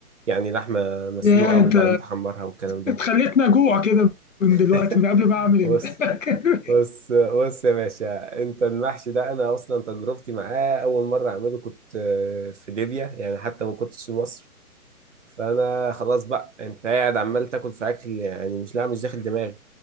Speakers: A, on the right; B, on the left.
A: يعني لحمة مسلوقة
B: ياه!
A: وبعدين
B: أنت
A: تحمرها والكلام ده
B: أنت خلّيتني أجوع كده من
A: <laughs>
B: دلوقتي، من قبل ما أعمل الأكل
A: بص بص بص يا باشا أنت المحشي ده أنا أصلا تجربتي معاه أول مرة أعمله كنت آه، في ليبيا يعني حتى ما كنتش في مصر فأنا خلاص بقى أنت قاعد عمال تاكل في أكل يعني مش لا مش داخل دماغي